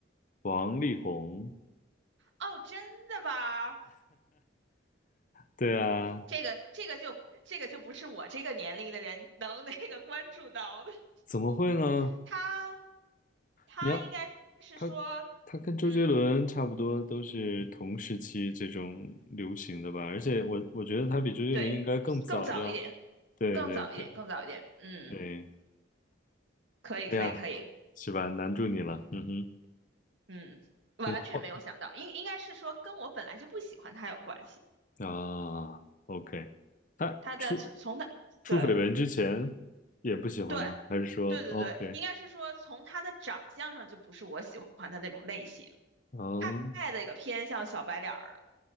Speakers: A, on the left; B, on the right.
A: 王力宏？
B: 哦，真的吧？
A: 对啊，
B: 这个这个就不这个就不是我这个年龄的人能那个关注到的。
A: 怎么会呢？
B: <laughs> 他他应该是说，
A: 你要他他跟周杰伦差不多都是同时期这种流行的吧？
B: 嗯，
A: 而且我我觉得他比周杰伦应该更早要。
B: 对，更早一点，
A: 对对对
B: 更早一点，更早一点。嗯，
A: 对。
B: 可以，
A: 哎呀，
B: 可以，可以。
A: 是吧？难住你了，嗯哼，
B: 嗯，完全没有想到，
A: 现在换
B: 应应该是说跟我本来就不喜欢他有关系。
A: 啊，OK，他出
B: 他的从从他对。
A: 出绯闻之前也不喜欢吗？
B: 对，
A: 还是说
B: 对对对，
A: OK？
B: 应该是说从他的长相上就不是我喜欢的那种类型，
A: 哦，
B: 太那个偏向小白脸儿了。